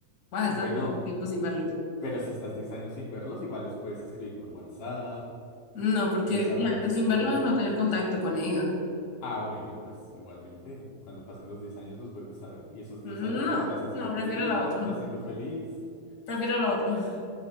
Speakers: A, on the left; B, on the left.
A: vas a
B: Bueno,
A: estar todo el tiempo sin verlos.
B: pero si estás diez años sin verlos, igual les puedes escribir por WhatsApp,
A: No, porque
B: puedes llamarlos
A: ya, yo sin
B: por
A: verlos
B: voz.
A: es no tener contacto con ellos.
B: Ah, bueno, pues igualmente, cuando pasen los diez años los vuelves a ver y esos diez
A: No,
B: años pues vas haciendo
A: no, prefiero
B: tu vida,
A: la otra.
B: vas siendo feliz.
A: Prefiero la otra. <laughs>